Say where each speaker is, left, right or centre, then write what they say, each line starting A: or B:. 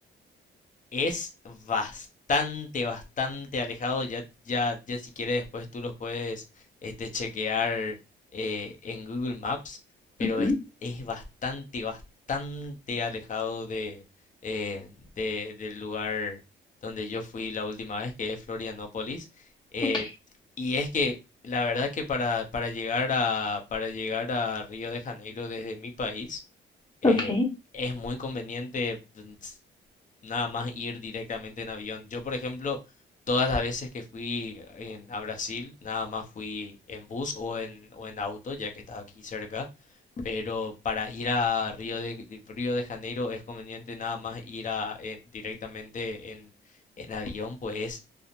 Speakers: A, on the left; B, on the left.
A: es bastante, bastante alejado. Ya, ya, ya si quieres después tú los puedes este, chequear eh, en Google Maps, pero
B: Ujú.
A: es, es bastante, bastante alejado de, eh, de- del lugar donde yo fui la última vez, que es Florianópolis. Eh,
B: ok,
A: y es que la verdad que para, para llegar a, para llegar a Río de Janeiro desde mi país, eh,
B: ok.
A: es muy conveniente mm, nada más ir directamente en avión. Yo, por ejemplo, todas las veces que fui en- a Brasil, nada más fui en bus o en, o en auto, ya que estaba aquí cerca. Pero para ir a Río de, Río de Janeiro es conveniente nada más ir a, en- directamente en, en avión, pues